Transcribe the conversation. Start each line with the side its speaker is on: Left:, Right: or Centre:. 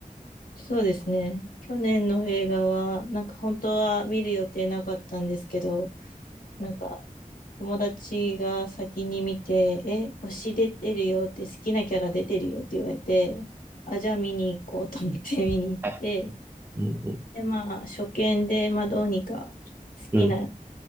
Left: そうですね。去年の映画は、なんか本当は見る予定なかったんですけど、なんか友達が先に見て、え、推し出てるよって、好きなキャラ出てるよって言われて、あ、じゃあ見に行こうと思って見に行って、
Right: はいうん
Left: で、まあ初見で、まあどうにか好きな
Right: うん。うん。